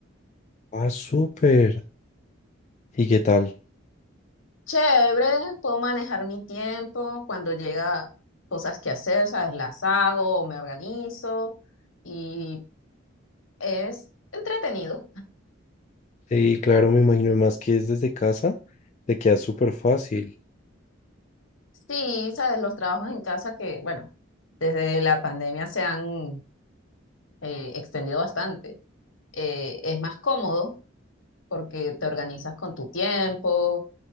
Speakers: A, on the left; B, on the left.
A: Ah, súper. ¿Y qué tal?
B: Chévere, puedo manejar mi tiempo cuando llega cosas que hacer, sabes, las hago, o me organizo y es entretenido.
A: Sí, claro, me imagino, más que es desde casa, te queda súper fácil.
B: Sí, sabes, los trabajos en casa que, bueno. desde la pandemia se han eh, extendido bastante. Eh, es más cómodo porque te organizas con tu tiempo,